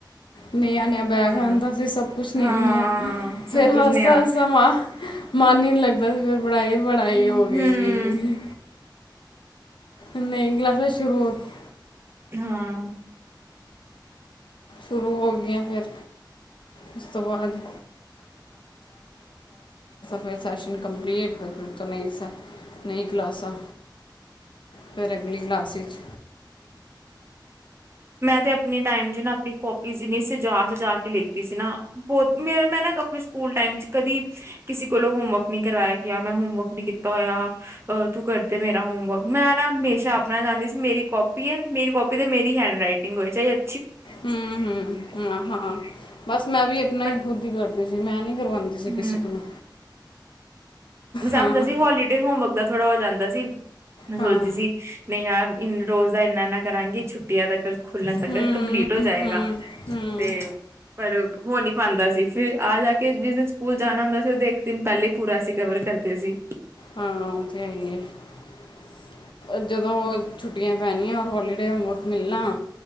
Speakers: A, on the left (about 80°); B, on the right (about 30°).
A: ਨਹੀਂ ਏਹ ਨਯਾ ਬੈਗ
B: ਹਾਂ
A: ਆਂਦਾ ਸੀ, ਸਭ ਕੁਛ ਨੇਆ
B: ਹਾਂ
A: ਨੇਆ
B: ਸਭ
A: ਫੇਰ
B: ਕੁਝ
A: ਹੱਸਦਾ
B: ਨਿਆ
A: ਹਸਦਾ ਸਮਾਂ ਮਨ ਹੀ ਨਹੀਂ ਲੱਗਦਾ ਸੀ। ਪੜ੍ਹਾਈ ਪੜ੍ਹਾਈ
B: ਹੂੰ
A: ਹੋ ਗਈ, ਨਹੀਂ ਕਲਾਸਾਂ ਸ਼ੁਰੂ ਹੋ ਗਈਆਂ।
B: ਹਾਂ।
A: ਸ਼ੁਰੂ ਹੋ ਗਈਆਂ ਫਿਰ, ਉਸ ਤੋਂ ਬਾਅਦ ਫਿਰ ਸੈਸ਼ਨ ਕੰਪਲੀਟ, ਫਿਰ ਫਿਰ ਤੋਂ ਨਈ ਨਈ ਕਲਾਸਾਂ। ਫ਼ਿਰ ਅਗਲੀ ਕਲਾਸ ਵਿਚ।
B: ਮੈਂ ਤੇ ਆਪਣੇ ਟਾਈਮ 'ਚ ਨਾ ਆਪਣੀ ਕੋਪੀਜ਼ ਏਨੀ ਸਜਾ ਸਜਾ ਕੇ ਲਿਖਦੀ ਸੀ ਨਾ। ਬਹੁਤ ਮੇਰਾ ਮੈਂ ਨਾ ਆਪਣੇ ਸਕੂਲ ਟਾਈਮ 'ਚ ਕਦੀ ਕਿਸੇ ਕੋਲੋਂ ਹੋਮਵਰਕ ਨਹੀਂ ਕਰਵਾਇਆ ਗਿਆ, ਮੈਂ ਹੋਮਵਰਕ ਨਹੀਂ ਕੀਤਾ ਹੋਇਆ ਅ ਤੂੰ ਕਰਦੇ ਮੇਰਾ ਹੋਮਵਰਕ, ਮੈਂ ਨਾ ਹਮੇਸ਼ਾ ਆਪਣਾ ਚਾਹੁੰਦੀ ਸੀ ਮੇਰੀ ਕਾਪੀ ਹੈ, ਮੇਰੀ ਕਾਪੀ ਤੇ ਮੇਰੀ ਹੈਂਡ ਰਾਈਟਿੰਗ ਹੋਏ ਚਾਹੇ ਅਜ
A: ਹਮ-ਹਮ ਹਾਂ-ਹਾਂ ਬਸ ਮੈਂ ਵੀ ਆਪਨਾ
B: ਪਰ
A: ਹੀ ਖੁੱਦ ਹੀ ਕਰਦੀ ਸੀ ਮੈਂ ਨੀ ਕਰਵਾਉਦੀ ਸੀ
B: ਹਮ
A: ਕਿਸੇ ਕੋਲੋਂ।
B: <unintelligible>
A: ਹਾਂ
B: ਸੀ ਹੋਲੀੇ ਹੋਮਵਰਕ ਦਾ ਥੋੜਾ ਹੋ ਜਾਂਦਾ ਸੀ। ਮੈਂ
A: ਹਾਂ
B: ਸੋਚਦੀ ਸੀ ਨਹੀਂ ਯਾਰ ਇ ਰੋਜ਼ ਦਾ ਇੰਨਾ-ਇੰਨਾ ਕਰਾਂਗੀ ਛੁੱਟੀਆਂ ਤੱਕ ਖੁਲਣ ਤੱਕ
A: ਹੂੰ
B: ਕੰਪਲੀਟ ਹੋ ਜਾਏਗਾ
A: ਹੂੰ ਹੂੰ
B: ਤੇ ਪਰ ਹੋ ਨੀ ਪਾਂਦਾ ਫਿਰ ਆ ਜਾ ਕੇ ਜਿਸ ਦਿਨ ਸਕੂਲ ਜਾਣਾ ਹੁੰਦਾ ਸੀ ਉਹਦੇ ਇੱਕ ਦਿਨ ਪਹਿਲੇ ਹੀ ਪੂਰਾ ਸੀ ਕਵਰ ਕਰਦੇ ਸੀ।
A: ਹਾਂ ਉਹ ਤੇ ਹੈ ਹੀ ਹੈ ਜਦੋਂ ਛੁੱਟੀਆਂ ਪੈਣੀਆਂ ਹੋਰ ਹੋਲੀਡੇ ਹੋਮਵਰਕ ਮਿਲਣਾ